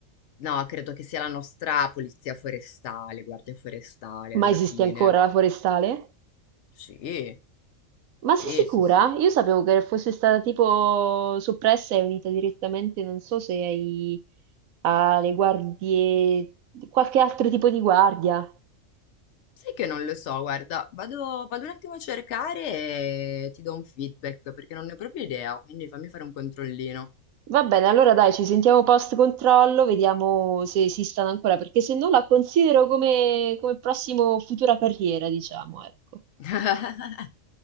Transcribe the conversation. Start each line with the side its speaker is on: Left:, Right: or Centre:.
Left: No, credo che sia la nostra polizia forestale, guardia forestale
Right: Ma
Left: alla
Right: esiste
Left: fine.
Right: ancora la forestale?
Left: Sì,
Right: Ma
Left: sì,
Right: sei sicura?
Left: sì, sì.
Right: Io sapevo che fosse stata tipo soppressa e unita direttamente, non so se ai, alle guardie, qualche altro tipo di guardia.
Left: Sai che non lo so, guarda, vado, vado un attimo a cercare e ti do un feedback perché non ne ho proprio idea, quindi fammi fare un controllino.
Right: Va bene, allora dai, ci sentiamo post controllo, vediamo se esistono ancora, perché se no la considero come, come prossimo futura carriera, diciamo, ecco.
Left: <laughs>